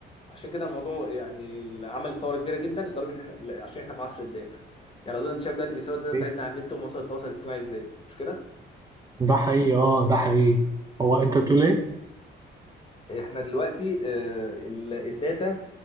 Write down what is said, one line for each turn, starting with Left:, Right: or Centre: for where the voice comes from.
Left: عشان كده الموضوع يعني اللي عمل ثوره كبيره جدا لدرجه ان احنا عشان احنا في عصر الداتا يعني اظن انت شايف دلوقتي بيسرقوا الداتا بتاعتنا
Right: إيه؟
Left: على النت ومواقع التواصل الاجتماعي ازاي مش كده
Right: ده حقيقي اه ده حقيقي هو انت بتقول ايه؟
Left: احنا دلوقتي آه، ال- الداتا